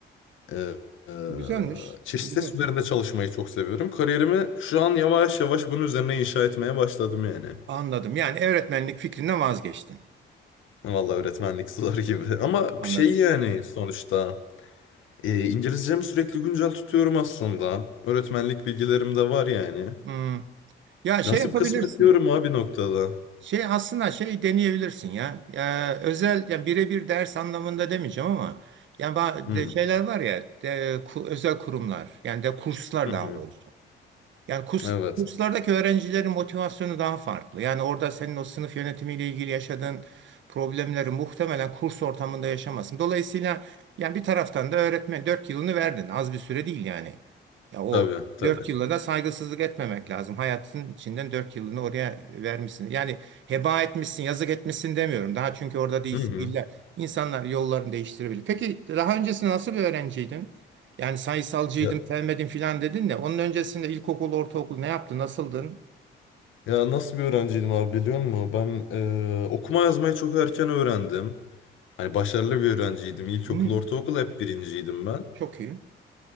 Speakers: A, on the left (about 80°); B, on the right (about 70°).
A: Ee, e,
B: Bu güzelmiş.
A: çeşitli
B: Bu güzel.
A: ses üzerinde çalışmayı çok seviyorum. Kariyerimi şu an yavaş yavaş bunun üzerine inşa etmeye başladım yani.
B: Anladım. Yani öğretmenlik fikrinden vazgeçtin.
A: Vallahi öğretmenlik zor gibi <laughs> ama
B: Anladım.
A: şey yani sonuçta e, İngilizcemi sürekli güncel tutuyorum aslında. Öğretmenlik bilgilerim de var yani.
B: Hmm. Ya
A: Nasip
B: şey yapabilirsin.
A: kısmet diyorum abi noktada.
B: Şey aslında şey deneyebilirsin ya. Ya özel yani birebir ders anlamında demeyeceğim ama yani ba-
A: Hı.
B: de- şeyler var ya de- ku- özel kurumlar yani de kurslar
A: Hı
B: daha
A: hı.
B: doğrusu. Yani kurs,
A: Evet
B: kurslardaki öğrencilerin motivasyonu daha farklı. Yani orada senin o sınıf yönetimiyle ilgili yaşadığın problemleri muhtemelen kurs ortamında yaşamazsın. Dolayısıyla yani bir taraftan da öğretmen 4 yılını verdin. Az bir süre değil yani. Ya o
A: tabii tabii.
B: 4 yıla da saygısızlık etmemek lazım. Hayatın içinden 4 yılını oraya vermişsin. Yani heba etmişsin, yazık etmişsin demiyorum. Daha çünkü orada değilsin.
A: Hı hı.
B: İlla insanlar yollarını değiştirebilir. Peki daha öncesinde nasıl bir öğrenciydin? Yani sayısalcıydım,
A: Ya-
B: sevmedim filan dedin de onun öncesinde ilkokul, ortaokul ne yaptı, nasıldın?
A: Ya nasıl bir öğrenciydim abi biliyor musun? Ben eee, okuma yazmayı çok erken öğrendim. Hani başarılı bir öğrenciydim. İlkokul,
B: Hmm,
A: ortaokul hep birinciydim ben.
B: çok iyi.